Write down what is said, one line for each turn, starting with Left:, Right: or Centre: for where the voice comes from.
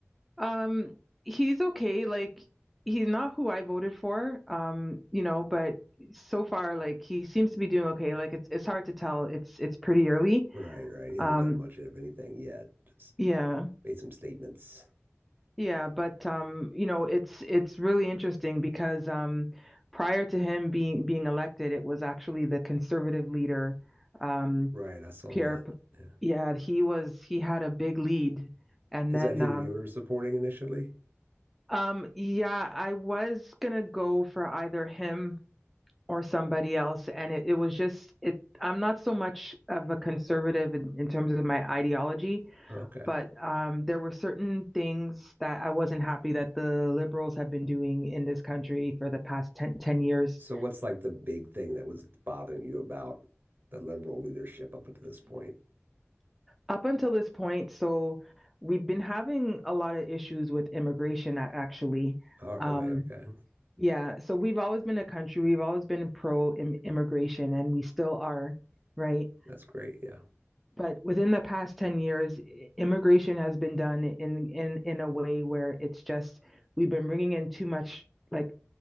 Centre: um he's okay like he's not who I voted for um you know, but so far like he seems to be doing okay. Like it's it's hard to tell. It's it's pretty early.
Right: Right, right. He hasn't
Centre: Um,
Right: done much of anything yet. Just
Centre: yeah,
Right: made some statements.
Centre: yeah, but um, you know, it's it's really interesting because um, prior to him being being elected, it was actually the conservative leader, um,
Right: Right, I saw
Centre: Pierre.
Right: that.
Centre: P-
Right: Yeah.
Centre: Yeah, he was he had a big lead, and
Right: Is
Centre: then
Right: that who
Centre: um,
Right: you were supporting initially?
Centre: um, yeah, I was gonna go for either him or somebody else, and it, it was just it. I'm not so much of a conservative in, in terms of my ideology.
Right: Okay.
Centre: but um, there were certain things that I wasn't happy that the liberals have been doing in this country for the past ten ten years
Right: So what's like the big thing that was bothering you about the liberal leadership up until this point?
Centre: up until this point. So we've been having a lot of issues with immigration, actually.
Right: Oh, really?
Centre: Um,
Right: Okay.
Centre: yeah, so we've always been a country, we've always been pro immigration, and we still are, right?
Right: That's great. Yeah.
Centre: but within the past 10 years immigration has been done in in in a way where it's just we've been bringing in too much like